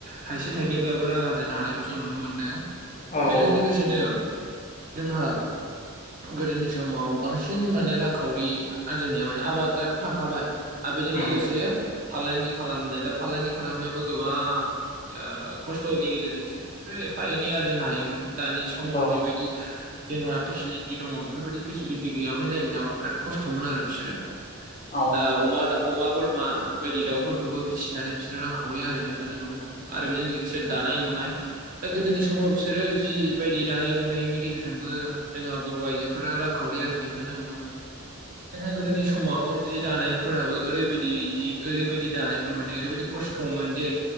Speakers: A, on the right (about 40°); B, on the left (about 30°).
A: थाइसे थाइनैब्लाबो रां आरजिनो हानायखौ जों नुनो मोनदों
B: औ
A: बेजों
B: औ
A: लोगो सेनो जोंहा गोदोनि समाव बांसिन माने रांखावरि आरजिनाया माने आबादआथ' थांखाबाय आरो बेजों लोगोसे
B: उम
A: फालांगि खालामनाय दा फालांगि खालामनायावबो गोबां आ खस्थ'नि गेजेरजोंसो बिसोरो एफा एनै आर्जिनो हायोमोन दानि समाव
B: औ
A: जिबायदि जोंहा फेसिलिटि दङ बेफोरबायदि फेसिलिटि गैयामोन जायनि जाहोनाव बिराद खस्थ'मोन आरो बिसोरो
B: औ
A: अमा अमा बोरमा बायदि दाउफोरखौबो फिसिनानै बिसोरो रांखावरि आरजिनायखौ जों नुनो मोनो आरो बेजों लोगोसे दानाय लुनाय दा गोदोनि समाव बिसोरो जि बायदि दानाय लुनायनि गेजेरजोंबो जोंहा बर' आइजो फोरा रांखावरि आरजिनायखौ जों नुनो मोनदों जोंहा गोदोनि समाव जि दानायफोराबो ओरैबायदि जि ओरैबायदि दानायमोन माने ओरैबायदि खस्थ'मोन जे